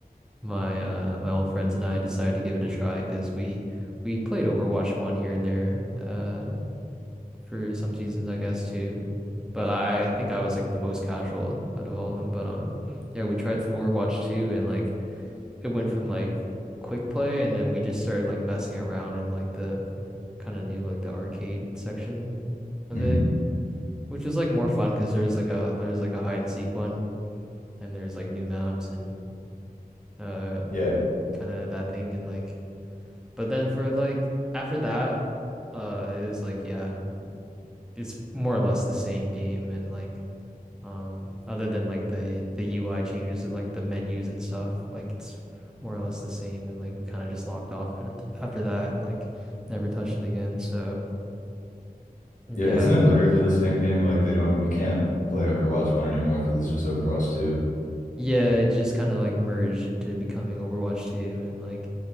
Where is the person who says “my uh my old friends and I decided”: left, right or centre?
Centre